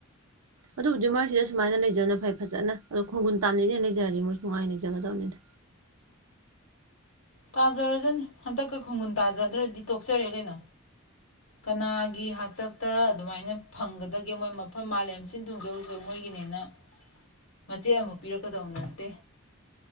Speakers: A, on the right; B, on the left.
A: ꯑꯗꯨꯕꯨꯗꯤ ꯃꯣꯏꯁꯤꯗ ꯁꯨꯃꯥꯏꯅ ꯂꯩꯖꯕꯅ ꯐꯩ ꯐꯖꯅ ꯑꯗꯣ ꯈꯣꯡꯒꯨꯟ ꯇꯥꯝꯅꯩꯗꯤ ꯍꯦ ꯂꯩꯖꯔꯗꯤ ꯃꯣꯏ ꯅꯨꯡꯉꯥꯏꯅ ꯂꯩꯖꯒꯗꯕꯅꯤꯅ
B: ꯇꯥꯖꯔꯖꯅꯤ ꯍꯟꯗꯛꯀ ꯈꯣꯡꯒꯨꯟ ꯇꯥꯖꯗ꯭ꯔꯗꯤ ꯇꯣꯛꯆꯔꯦ ꯀꯩꯅꯣ ꯀꯅꯥꯒꯤ ꯍꯥꯛꯇꯛꯇ ꯑꯗꯨꯃꯥꯏꯅ ꯐꯪꯒꯗꯒꯦ ꯃꯣꯏ ꯃꯐꯝ ꯃꯥꯂꯦꯝ ꯁꯤꯟ ꯊꯨꯡꯖꯖ ꯃꯣꯏꯒꯤꯅꯦꯅ ꯃꯆꯦꯠ ꯑꯃꯨꯛ ꯄꯤꯔꯛꯀꯗꯧ ꯅꯠꯇꯦ